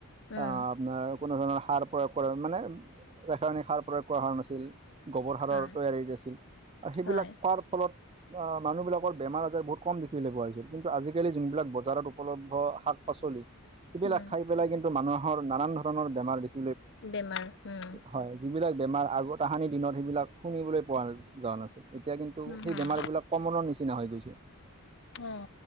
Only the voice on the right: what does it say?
অ আপোনাৰ কোনো ধৰণৰ সাৰ প্ৰয়োগ কৰে মানে ৰাসায়নিক সাৰ প্ৰয়োগ কৰা হোৱা নাছিল। গোবৰ সাৰৰ
তৈয়াৰী আছিল আৰু সেইবিলাক
খোৱাৰ ফলত অ মানুহ বিলাকৰ বেমাৰ আজাৰ বহুত কম দেখিবলৈ পোৱা গৈছিল। কিন্তু আজিকালি যোনবিলাক বজাৰত উপলব্ধ শাক পাচলি, সেইবিলাক
খাই পেলাই কিন্তু মানুহৰ নানান ধৰণৰ বেমাৰ দেখি
হয়, যিবিলাক বেমাৰ আগৰ তাহানি দিনত, সেইবিলাক শুনিবলৈ পোৱা যোৱা নাছিল। এতিয়া কিন্তু
সেই
বেমাৰবিলাক কমনৰৰ নিচিনা হৈ গৈছে,